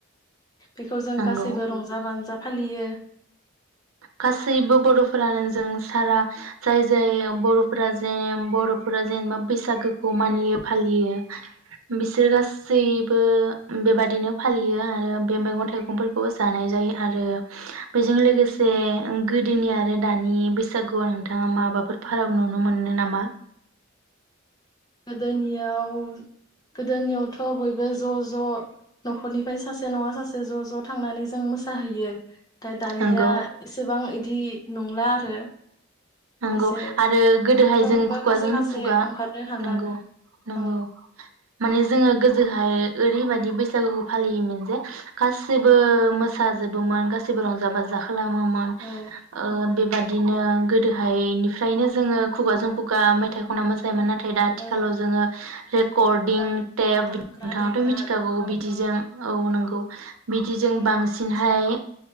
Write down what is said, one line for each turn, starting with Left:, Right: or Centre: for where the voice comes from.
Left: बेखौ जों
Right: नंगौ
Left: गासैबो रंजा बाजा फालियो।
Right: गासैबो बर'फोरानो जों सारा जाय जाय बर'फोरा जेन बर'फोरा जेनेबा बैसागोखौ मानियो फालियो। बिसोर गाासै बेबादिनो फालियो आरो बे मैगं थाइगंफोरखौबो जानाय जायो आरो बेजों लोगोसे जे गोदोनि आरो दानि बैसागुआव नोंथाङा माबाफोर फाराग नुनो मोनो नामा?
Left: गोदोनियाव गोदोनियावथ' बयबो ज' ज' न'खरनिफ्राय सासे नङा सासे ज' ज' थांनानै जों मोसाहैयो। दानिया
Right: नंगौ
Left: एसेबां बिदि नंला आरो।
Right: नंगौ
Left: एसे
Right: आरो गोदोहाय
Left: फ्रोमबो
Right: जों खुगाजोंनो
Left: खायसे खायसे
Right: खुगा
Left: ओंखारनो हाला
Right: नंगौ नंगौ
Left: औ
Right: माने जोङो गोजो ओाय ओरैबायाददि बैसागुखौ फालियोमोन जे गाैबो मोसाजोबोमोन गाैबो रंजा बाजा खा खालामोमोन
Left: औ नंगौ
Right: बेबादिनो गोदोहायनिफ्रायनो जोङो खुगाजों खुगा मेथाइ खनना मोसायो मानोन नाथाय दा आथिखालाव
Left: औ
Right: जोङो बे करडिं
Left: दाम
Right: टेप
Left: दामग्रा
Right: नोंथाङाथ'
Left: देग्रा
Right: मिथिखागौ
Left: बेफोरखौ
Right: बिदिजों औ नोंगौ। <inaudible> बिदिजों
Left: औ
Right: बांसिनहाय
Left: लानानैसो